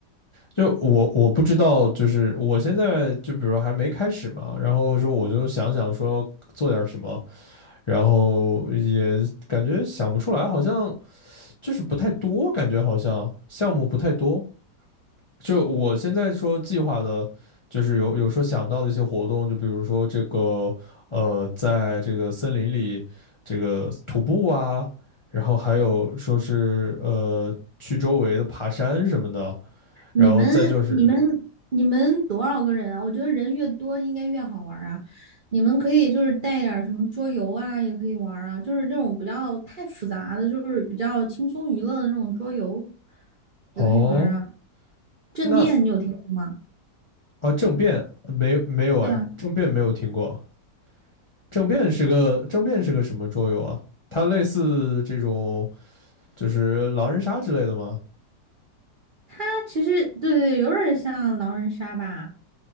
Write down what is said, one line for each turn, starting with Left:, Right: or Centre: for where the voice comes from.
Left: 就我我不知道，就是我现在就比如还没开始嘛，然后说我就想想说做点什么，然后也感觉想不出来，好像就是不太多，感觉好像项目不太多。就我现在说计划的，就是有有说想到的一些活动，就比如说这个呃，在这个森林里这个徒步啊，然后还有说是呃去周围的爬山什么的，然后再就是
Right: 你们、你们、你们多少个人啊？我觉得人越多应该越好玩儿啊。你们可以就是带点儿什么桌游啊，也可以玩儿啊，就是那种不要太复杂的，就是比较轻松娱乐的那种桌游，
Left: 哦，
Right: 也可以玩儿啊。政变你有听过吗？
Left: 那啊政变没没有哎，
Right: 对啊，
Left: 政变没有听过，政变是个政变是个什么桌游啊？它类似这种就是狼人杀之类的吗？
Right: 它其实对对，有点儿像狼人杀吧。